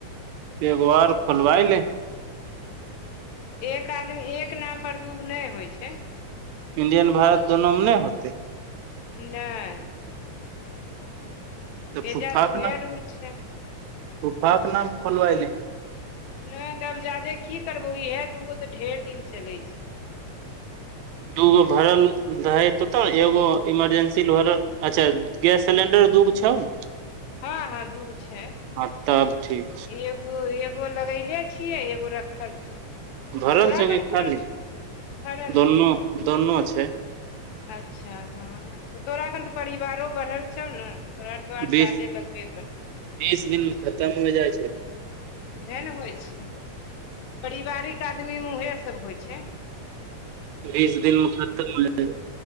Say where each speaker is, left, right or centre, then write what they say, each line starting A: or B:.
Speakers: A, on the right (about 80°); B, on the left (about 75°).
A: एगो आर खोलबााय ले
B: एक आदमी एक नाम पर दुूगो नहि होइ छै
A: इंडियन भारत दुनु मे नहि होतै
B: नहि
A: तऽ फुफाके
B: एजात उहे
A: नाम
B: रूल छै
A: फुफाके नाम खोलबऽ लेऽ
B: नहि तब जादे की करबौ इहे दूगो तऽ ढेर दिन चलै छै
A: दूगो भरल रहै तोतऽ नऽ एगो इमरजेंसी भरल अच्छा गैस सिलेंडर दूगो छौ नऽ
B: हँ हँ दूगो छै
A: हँ तब ठीक
B: एगो एगो लगैले छियै एगो रखल छै
A: छै भरल
B: तोरा
A: छौ कि
B: कोन कोन
A: खाली
B: छौ भरल
A: दोनो
B: छै
A: दोनो छै
B: अच्छा हँऽ तोरा एखन तऽ परिवारो बढ़ल छौ नऽ तोरा तऽ और
A: बीस
B: ज्यदे लगबे करतै
A: बीस दिन मऽ खतम हो जाइ छै तऽ
B: उएह नऽ होइ छै परारिवारिक आदमी मे उएह सब होइ छै
A: बीस दिन मऽ खतम हो होय